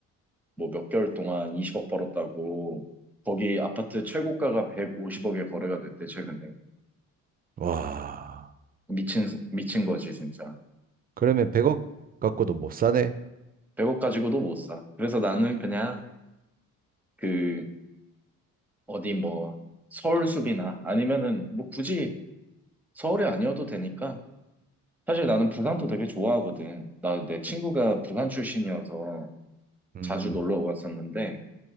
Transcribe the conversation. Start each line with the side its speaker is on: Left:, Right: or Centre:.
Centre: 뭐 몇 개월 동안 20억 벌었다고 거기 아파트 최고가가 150억에 거래가 됐대 최근에
Right: 와.
Centre: 미친 미친 거지 진짜
Right: 그러면 100억 갖고도 못 사네.
Centre: 100억 가지고도 못 사. 그래서 나는 그냥 그 어디 뭐 서울숲이나 아니면은 뭐 굳이 서울이 아니어도 되니까 사실 나는 부산도 되게 좋아하거든. 나 내 친구가 부산 출신이어서
Right: 음.
Centre: 자주 놀러 갔었는데